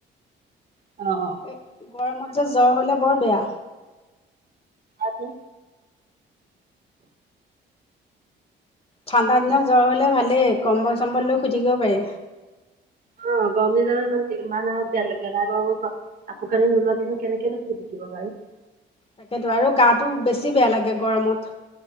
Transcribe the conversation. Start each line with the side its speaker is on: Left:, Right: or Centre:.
Right: অ, অ,
Left: এ গৰমত যে জ্বৰ হলে বৰ বেয়া।
Right: আৰু
Left: ঠাণ্ডা দিনত জ্বৰ হলে ভালেই কম্বল চম্বল লৈ শুই থাকিব পাৰি।
Right: অ, গৰম দিনত য ইমান ইমান আহক গেল গেলা আৰু কাপোৰ কানি নোলোৱাকে কেনেকৈ শুই থাকিবা বাৰু।
Left: তাকেতো আৰু গাতো বেছি বেয়া লাগে গৰমত।